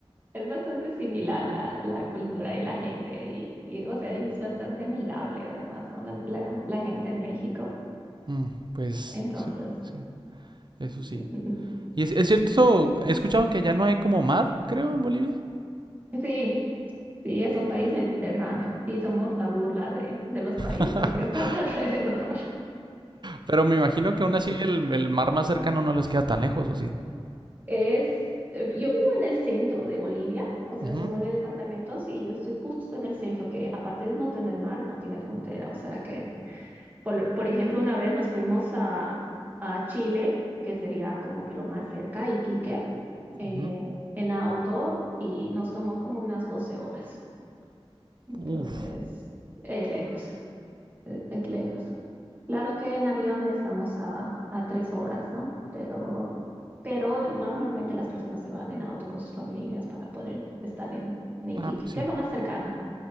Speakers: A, on the right; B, on the right.
A: es bastante similar la, la cultura y la gente, y, y, o sea, y es bastante amigable además, ¿no? La, la, la gente en México.
B: Mm, pues
A: Entonces,
B: sí, sí, eso
A: <laughs>
B: sí. Y es, es cierto, eso, he escuchado que allá no hay como mar, creo, en Bolivia.
A: sí, Sí, es un país mediterráneo y somos la burla de, de los países
B: <laughs>
A: que están <laughs> alrededor.
B: Pero me imagino que aún así el, el mar más cercano no les queda tan lejos, ¿o sí?
A: Es, eh, yo vivo en el centro de Bolivia, o sea,
B: Ujú,
A: son nueve departamentos y yo estoy justo en el centro, que aparte de no tener mar, no tiene frontera. O sea que, por, por ejemplo, una vez nos fuimos a, a Chile, que sería como que lo más cerca, Iquique, eh,
B: ujú.
A: en auto y nos tomó como unas 12 horas. Entonces,
B: Uf.
A: es lejos, es es lejos. Claro que en avión estamos a, a tres horas, ¿no? Pero, pero normalmente las personas se van en auto con sus familias para poder estar en, en Iquique,
B: Ah, pues sí.
A: que es lo más cercano.